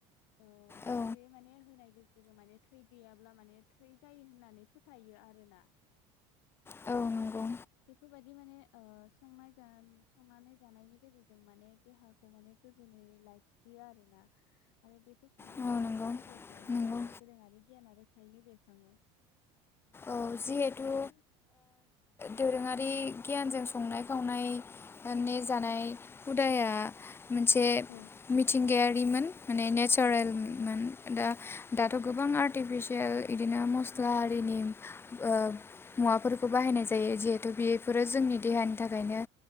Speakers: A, on the left; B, on the left.
A: अ
B: औ
A: बे माने होनाय जोङो माने थै गैयाब्ला माने थै जायो होननानै फोथायो आरोना
B: औ नंगौ
A: बेफोरबायदि माने ओ संनाय संनानै जानायनि गेजेरजों माने देहाखौ माने गोजोनै लाखियो आरोना आरो बेफोर संनाय
B: औ
A: खावनायनि
B: नंगौ
A: गेजेरजों
B: नंगौ
A: ओ दोरोङारि गियाना रोखायैनो बेरखाङो
B: औ जिहेथु
A: हेलौ
B: दोरोङारि गियानजों संनाय खावनाय नि जानाय हुदाया मोनसे
A: औ
B: मिथिंगायारि <unintelligible> माने नेचारेलमोन
A: औ औ
B: दा दाथ' गोबां आर्टिफिसियेल इदिनो मस्ला आरिनि
A: औ
B: ओ मुवा खौ बाहायनाय जायो जिहेतु बेयो बेफोरो जोंनि देहानि थाखायनो